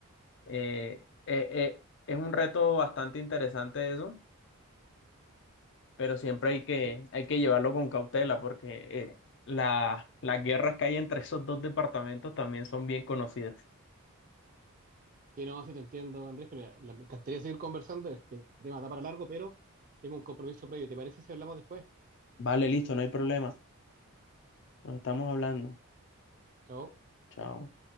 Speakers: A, on the left; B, on the right.
A: eh, eh, eh, es un reto bastante interesante eso, pero siempre hay que,
B: Sí,
A: hay que llevarlo con cautela, porque eh, la- las guerras que hay entre esos dos departamentos también son bien conocidas.
B: sí, no, sí te entiendo, Andrés, pero ya, la- me encantaría seguir conversando. Este tema da para largo, pero tengo un compromiso previo. ¿Te parece si hablamos después?
A: Vale, listo, no hay problema. Nos estamos hablando.
B: Chao.
A: Chao.